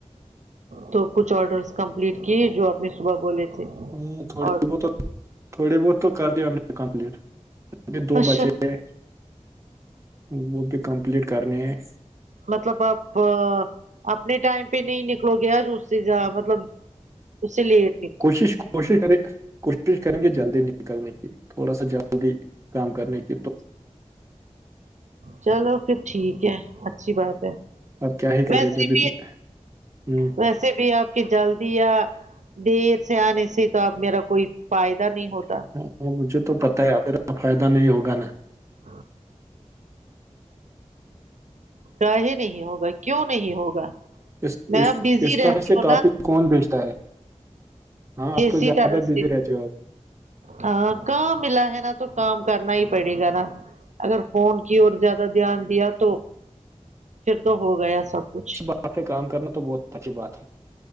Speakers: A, on the right (about 75°); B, on the right (about 25°).
A: تو کچھ آڈرس کمپلیٹ کیے جو آپ نے صبح بولے تھے
B: ہ تھوڑے
A: اور
B: بہت تھوڑے بہت تو کر دیا ہم نے کمپلیٹ دو
A: اچھا
B: بچے وہ بھی کمپلیٹ کرنی ہے
A: مطلب آپ اپنے ٹائم پہ نہیں نکلو گیا رس سے ج مطلب اس لیے
B: کوشش کوشش کریں کوشش کریں گے جلدی نکلنے کی تھوڑا سا جلی جلی کام کرنے کی تو
A: چلو پھر ٹھیک ہے اچھی بات ہے
B: اب کیا ہی کرے
A: ویسے
B: جب اتن-
A: بھی
B: ہوں،
A: ویسے بھی آپ کہ جلدی یا دیر سے آنے سے تو اب میرا کوئی فائدہ نہیں ہوتا
B: ہاں مجھے تو پتہ ہے میرا فائدہ نہیں ہوگا نا
A: ہاں کاے نہیں ہوگا کیوں نہیں ہوگا
B: اس
A: میں
B: اس
A: اب بزی
B: اس طرح
A: رہتی
B: سے
A: ہوں
B: ٹاپک
A: نا
B: کون بھیجتا ہے ہاں اب
A: اسی
B: تو زیادہ
A: طرح
B: بزی
A: سے
B: رہتی ہو اپ
A: ہاں کااں ملا ہے نا تو کام کرنا ہی پڑے گا نا اگر فون کی اور زیادہ دھیان دیا تو
B: <inaudible>
A: پھر تو ہو گیا سب کچھ
B: ہ پہ کام کرنا تو بہت اچی بات ہے